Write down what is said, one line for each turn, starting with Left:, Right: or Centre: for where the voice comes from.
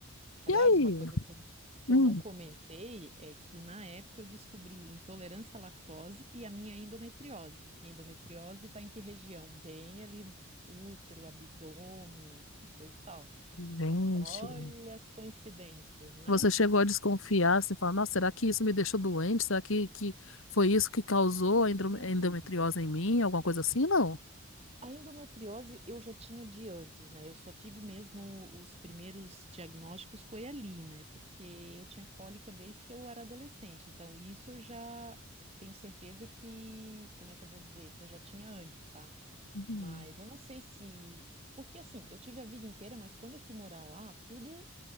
Right: Aliás,
Left: E aí?
Right: uma coisa que eu, que
Left: Hum,
Right: eu não comentei é que na época eu descobri intolerância à lactose e a minha endometriose. E endometriose está em que região? Bem ali, útero, abdômen e coisa e tal.
Left: gente.
Right: Então, olha as coincidências, né?
Left: Você chegou a desconfiar, assim, falar, nossa, será que isso me deixou doente? Será que, que foi isso que causou a endro-
Right: Fiquei na
Left: endometriose
Right: dúvida.
Left: em mim? Alguma coisa assim? Não.
Right: A endometriose eu já tinha de antes, né? Eu só tive mesmo os primeiros diagnósticos foi ali, né? Porque eu tinha cólica desde que eu era adolescente. Então, isso eu já tenho certeza que, como é que eu vou dizer? Que eu já tinha antes, tá?
Left: Hum,
Right: Mas eu não sei se. Porque assim, eu tive a vida inteira, mas quando eu fui morar lá, tudo